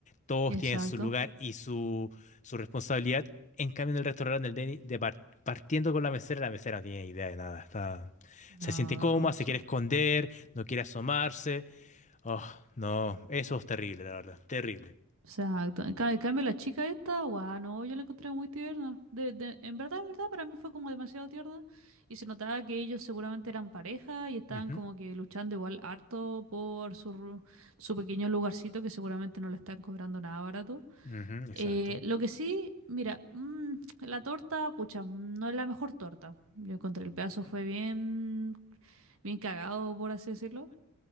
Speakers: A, on the left; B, on the right.
A: todos
B: exacto.
A: tienen su lugar y su, su responsabilidad. En cambio, en el restaurante, el Denny, de par- partiendo con la mesera, la mesera no tiene idea de nada. Está,
B: No,
A: se siente cómoda, se
B: Soto.
A: quiere esconder, no quiere asomarse. Oh, no, eso es terrible, la verdad, terrible.
B: Exacto. En ca- en cambio, la chica esta, guau, no, yo la encontré muy tierna. De, de- en verdad, en verdad, para mí fue como demasiado tierna. Y se notaba que ellos seguramente eran pareja y estaban
A: Ujú,
B: como que luchando igual harto por su, ru- su pequeño lugarcito que seguramente no le están cobrando nada barato.
A: ujú, exacto.
B: Eh, lo que sí, mira, mm, la torta, pucha, no es la mejor torta. Yo encontré el pedazo, fue bien, bien cagado, por así decirlo.